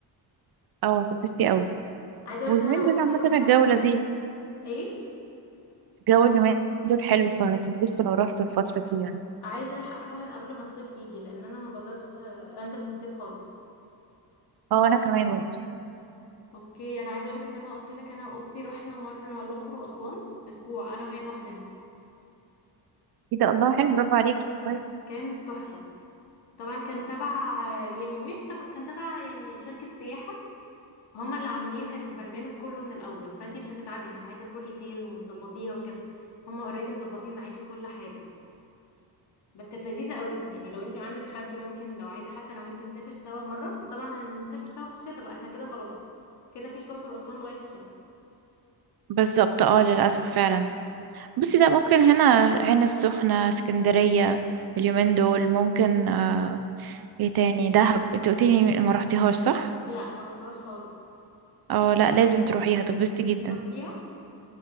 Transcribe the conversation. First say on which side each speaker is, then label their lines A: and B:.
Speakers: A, on the right (about 60°); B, on the left (about 70°).
A: اه هتتبسطي قوي
B: عايزه اقول
A: واليومين
B: لك ان انا واختي
A: دول عامه
B: رحنا
A: الجو
B: مره
A: لذيذ
B: ايه
A: الجو اليومين دول حلو فهتتبسطوا لو رحتوا الفتره دي يعني
B: عايزه الحق فعلا قبل ما الصيف يجي لان انا ما بقدرش آه، انزل في الصيف خالص
A: اه انا كمان
B: اوكي انا عايزه اقول لك زي ما قلت لك انا واختي رحنا مره الاقصر واسوان اسبوع انا وهي لوحدنا
A: ايه ده الله حلو برافو عليكي كويس
B: فكان تحفه طبعا كان تبع يعني مش تبع كان تبع يعني شركة سياحة هما اللي عاملين البرنامج كله من الأول فانتي مش هتتعبي انك عايزة تروحي فين وتظبطيها وكده هما اوريدي مظبطين معاكي كل حاجة بس كانت لذيذة قوي يعني لو انتي عندك حد ممكن لو عايزة حتى انا وانتي نسافر سوا مرة بس طبعا هنسافر سوا في الشتاء بقى احنا كده خلاص كده مفيش الأقصر وأسوان لغاية الشتاء
A: بالظبط اه للأسف فعلا بصي ده ممكن هنا عين السخنة اسكندرية اليومين دول ممكن آه ايه تاني دهب انت قلتيلي ما رحتيهاش صح؟
B: لا ما رحتهاش خالص
A: اه لا لازم تروحيها تبسطي جدا
B: رحتيها